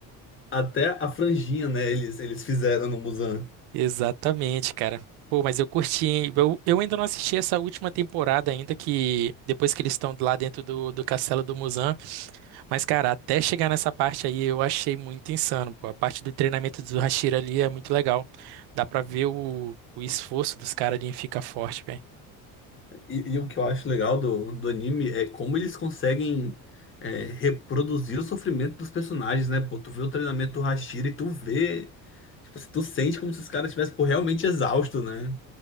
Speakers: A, on the left; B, on the right.
A: Até a franjinha, né? Eles, eles fizeram no Muzan.
B: <laughs> Exatamente, cara. Pô, mas eu curti, hein? Eu, eu ainda não assisti essa última temporada ainda, que depois que eles estão lá dentro do, do castelo do Muzan. Mas, cara, até chegar nessa parte aí, eu achei muito insano, pô. A parte do treinamento do Hashira ali é muito legal. Dá pra ver o, o esforço dos caras ali em ficar forte, velho.
A: E, e o que eu acho legal do, do anime é como eles conseguem é, reproduzir o sofrimento dos personagens, né? Pô, tu vê o treinamento do Hashira e tu vê. Tipo assim, tu sente como se os caras estivessem, pô, realmente exaustos, né?